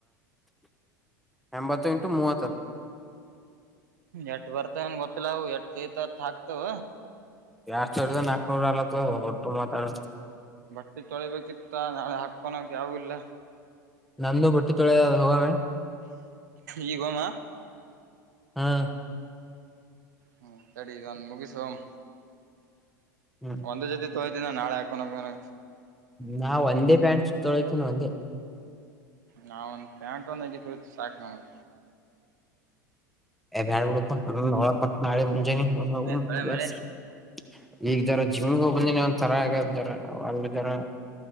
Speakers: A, in the centre; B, on the right.
A: ಎಂಬತ್ತು ಎಂಟು ಮೂವತ್ತು
B: ಎಟ್ ಬರ್ತವ್ ಗೊತ್ತಿಲ್ಲ ಎಷ್ಟು ಆಗ್ತವೆ ಅಷ್ಟು ಹಾಕ್ತಾವ
A: ಎಡ್ ಸಾವಿರದ ನಾಕನೂರ ನವತ್ತು ಒಟ್ಟು ಮಾತಾಡ
B: ಬಟ್ಟೆ ತೊಳಿಬೇಕಿತ್ತ ನಾಳೆ ಹಾಕೊನಕ್ ಯಾವು ಇಲ್ಲ
A: ನಂದು ಬಟ್ಟಿ ತೊಳಿ ಹೋಗ್ಯಾನ
B: ಈಗೋಮ್ಮ
A: ಹಾ
B: ಹ್ಮ್ ತಡಿ ಇದನ್ ಮುಗಿಸ್ ಹೋಗಂ
A: ಹ್ಮ್
B: ಒಂದೇ ಜೊತಿ ತೋಳ್ದಿನ ನಾಳೆ ಹಾಕೂನಂಗಾರ
A: ನಾ ಒಂದೇ ಪ್ಯಾಂಟ್ ತೊಳತೀನಿ ಒಂದೇ
B: ನಾ ಒಂದ್ ಪ್ಯಾಂಟ್ ಒಂದ್ ಅಂಗಿ ತೋಳಿತ್ನ ಸಾಕ ನನ್ಗ
A: ಏ ಬ್ಯಾಡ್ ಬಿಡೋ ಪಾ ಹೋಗಾಕ್ ಬರ್ತ ನಾಳೆ ಮುಂಜಾನೆ <unintelligible>
B: ಏ ತೊಳಿ ಮಲೆ
A: ಈಗ್ ಜರಾ ಜಿಮ್ಮಿಗ್ ಹೋ ಬಂದಿನಿ ಒಂದ್ ತರ ಆಗ್ದಾರ ಅಲ್ಲಿ ಜರಾ